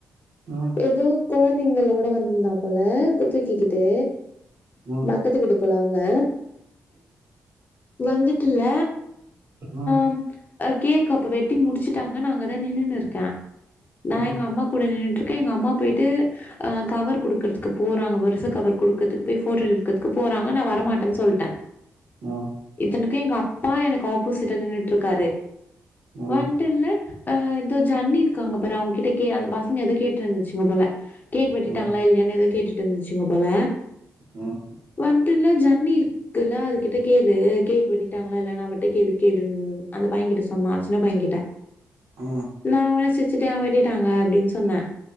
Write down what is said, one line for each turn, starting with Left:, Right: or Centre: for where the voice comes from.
Right: ஆ
Left: எதோ குழந்தைங்களோட வந்திருந்தா போல கு துகிக்கிட்டு
Right: ம்,
Left: பக்கத்து வீட்டு போல அவங்க வந்துட்டுல
Right: ஆ
Left: ம் அ கேக் அப்ப வெட்டி முடிச்சுட்டாங்க நா அங்கதா நின்னுனுருக்கே நா
Right: ம்,
Left: எங்க அம்மா கூட நின்னுட்ருக்கே எங்க அம்மா போய்ட்டு ஆ கவர் குடுக்கற்துகு போறாங்க வருச கவர் குடுக்கற்துகு போய் போட்டோ எடுக்கற்துகு போறாங்க நா வரமாட்டன் சொல்ட
Right: ஆ
Left: இத்தனைக்கு எங்க அப்பா எனக்கு ஆப்போசிட்ல நின்னுட்ருக்காரு
Right: ம், ம்,
Left: வன் டுல்ல அ தோ ஜன்னி இருக்காங்க பாரு அவுங்க கிட்ட கே அந்த பசங்க எதோ கேட்ருந்துச்சுங்க போல கேக் வெட்டிடாங்ளா
Right: ம்,
Left: இல்லையானு எதோ கேட்டுட்ருந்துச்சுங்க போல
Right: ம், ம்,
Left: வன்டுல ஜன்னி இருக்குள்ள அது கிட்ட கேளு கேக்கு வெட்டிட் டாங்ளா இல்லையான் அவட்ட கேளு கேளுன் அந்த பையகிட்ட சொன்னா சின்ன பைய கிட்ட
Right: ஆ
Left: நா உடனே சிரிச்சுட்டே ஆ வெட்டிட்டாங்க அப்டின் சொன்ன